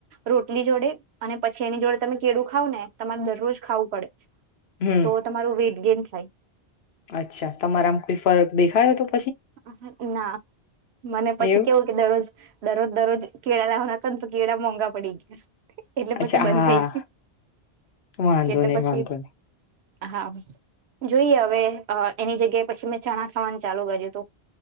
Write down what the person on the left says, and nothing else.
હમ
અચ્છા તમારામાં કોઈ ફરક દેખાયો તો.
એવું
અચ્છા
હા
વાંધો
નહી
વાંધો નહી